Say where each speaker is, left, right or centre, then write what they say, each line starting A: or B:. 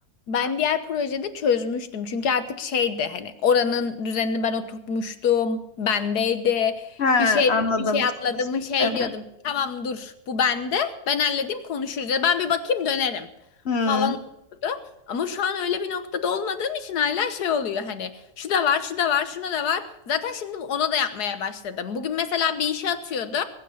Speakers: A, on the left; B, on the left.
A: Ben diğer projede çözmüştüm. Çünkü artık şeydi hani oranın düzenini ben oturtmuştum. Bendeydi.
B: He,
A: Bir şey
B: anladım.
A: bir şey atladım mı şey
B: Evet.
A: diyordum. Tamam dur bu bende. Ben halledeyim konuşuruz. Ya da Ben bir bakayım dönerim
B: Hmm.
A: falan olurdu. Ama şu an öyle bir noktada olmadığım için hala şey oluyor hani şu da var, şu da var, şuna da var. Zaten şimdi ona da yapmaya başladım. Bugün mesela bir işe atıyordu.